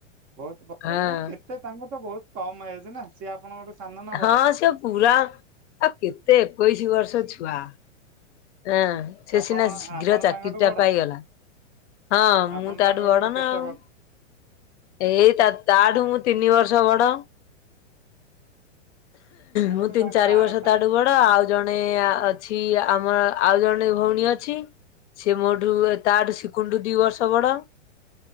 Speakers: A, on the right; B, on the left.
A: ବହୁତ <unintelligible>
B: ହଁ।
A: କେତ ତେ ତାଙ୍କ ତ ବହୁତ କମ ଏଜ ନା ସିଏ ଆପଣଙ୍କଠୁ ସାନ ନା ବଡ?
B: ହଁ ସେ ପୁରା, ଆଉ କେତେ ଏକୋଇଶି ବର୍ଷ ଛୁଆ। ହଁ। ସେ
A: ଆପଣ
B: ସିନା ଶୀଘ୍ର
A: ଆପଣ
B: ଚାକିରିଟା
A: ତାଙ୍କଠୁ ବଡ
B: ପାଇଗଲା। ହଁ, ମୁଁ
A: ଆପଣ ତାଙ୍କଠୁ
B: ତାଠୁ ବଡ
A: କେତେ
B: ନା ଆଉ। ଏଇ ତା-ତା ଠୁ ମୁଁ ତିନି ବର୍ଷ ବଡ।
A: ନାଇଁ
B: ମୁଁ
A: ମତେ
B: ତିନି
A: ତାଙ୍କ
B: ଚାରି
A: ଆ
B: ବର୍ଷ
A: ତାଙ୍କ
B: ତାଠୁ ବଡ। ଡ଼, ଆଉ ଜଣେ ଅଛି, ଆମର ଆଉ ଜଣେ ଭଉଣୀ ଅଛି। ସିଏ ମୋଠୁ
A: ହଁ
B: ତାଠୁ ଶିକୁନଠୁ ଦି ବର୍ଷ ବଡ।